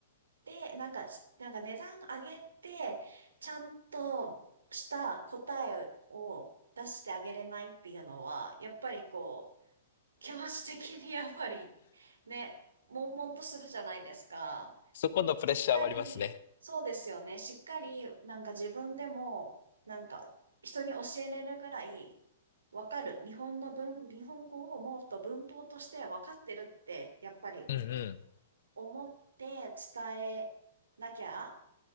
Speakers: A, on the right; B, on the left.
A: て、なんかし、なんか値段上げて、ちゃんとした答えを出してあげれないっていうのは、やっぱりこう、気持ち的にやっぱり、ね、悶々とするじゃないですか。
B: そこのプレッシャーはありますね。
A: しっかり、そうですよね。しっかり、なんか自分でも、なんか人に教えれるぐらい、わかる。日本の文、日本語をもっと文法としてわかってるって、やっぱり
B: うんう
A: 思って伝えなきゃ